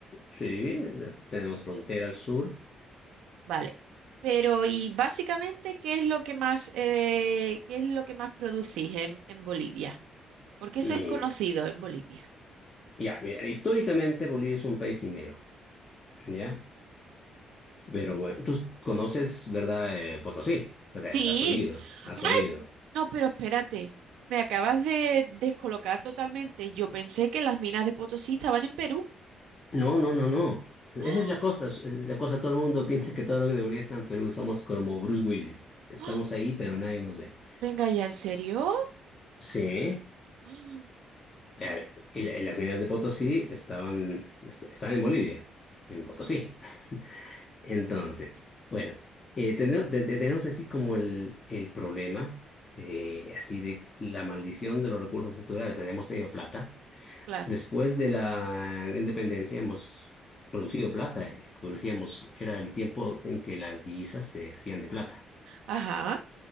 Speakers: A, on the left; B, on the right.
A: sí, hasta tenemos frontera al sur.
B: Vale. Pero, y básicamente, ¿qué es lo que más, eh, qué es lo que más producís en, en Bolivia? ¿Por qué sois
A: Mira,
B: conocidos en Bolivia?
A: ya, mira, históricamente Bolivia es un país minero, ¿ya?
B: Ujú.
A: Pero bueno, tú conoces, ¿verdad? eh, Potosí, o sea,
B: Sí.
A: has oído, has
B: ¡Ay!
A: oído.
B: No, pero espérate. Me acabas de descolocar totalmente. Yo pensé que las minas de Potosí estaban en Perú.
A: No, no, no, no. Esa
B: <gasps> ¡Ah!
A: es la cosa, es la cosa, todo el mundo piensa que todo lo que debería estar en Perú somos como Bruce Willis. Estamos
B: ¡Ah!
A: ahí, pero nadie nos ve.
B: Venga ya, ¿en serio?
A: Sí,
B: <gasps> ¡Ah!
A: A ver, y, la- y las minas de Potosí estaban, est- estaban en Bolivia, en Potosí. Entonces, bueno, eh, tene- te- te- tenemos así como el, el problema de, así de la maldición de los recursos naturales. O sea, hemos tenido plata.
B: Claro.
A: Después de la independencia hemos producido plata. eh, Producíamos, era el tiempo en que las divisas se hacían de plata.
B: Ajá.